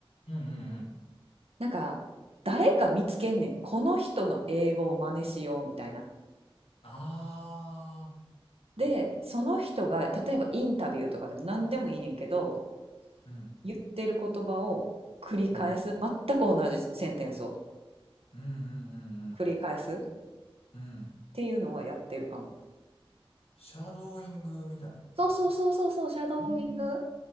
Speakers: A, on the left; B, on the right.
A: うん、うん、うん。
B: なんか誰か見つけんねんこの人の英語を真似しようみたいな。
A: ああ、
B: でその人が例えばインタビューとかでも何でもいいねんけど
A: うん、
B: 言ってる言葉を繰り返す全く同じセンテンスを
A: うん、うん、うん、うん、うん。
B: 繰り返すっ
A: うん
B: ていうのはやってるかも。
A: シャドーイングみたいなこと
B: そうそうそうそうそうシャドーイング
A: うん。